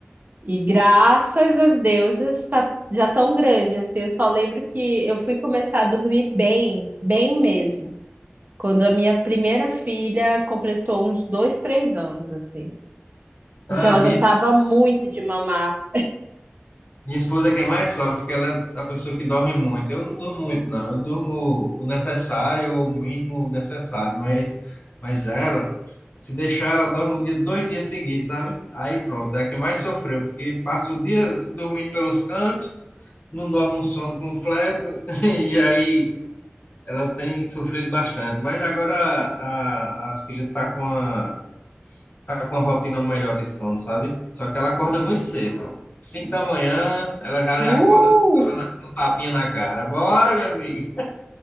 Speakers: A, on the right; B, on the left.
A: E graças às deusas tá já tão grande assim. Eu só lembro que eu fui começar a dormir bem, bem mesmo, quando a minha primeira filha completou uns dois, três anos assim, porque
B: Ah,
A: ela
B: minha,
A: gostava muito de mamar.
B: minha esposa que é mais sofre, porque ela é a pessoa que dorme muito. Eu não durmo muito, não. Eu durmo o necessário, ou o mínimo necessário. Mas, mas ela, se deixar, ela dorme o dia, dois dias seguidos, sabe? Aí pronto, é a que mais sofreu, porque passa o dia dormindo pelos cantos, não dorme um sono completo, <laughs> e aí. ela tem sofrido bastante, mas agora a, a, filha tá com a, tá com a rotina melhor de sono, sabe? Só que ela acorda muito cedo. Cinco da manhã, ela já lhe
A: Uh!
B: acorda com um tapinha na cara. Bora, meu amigo.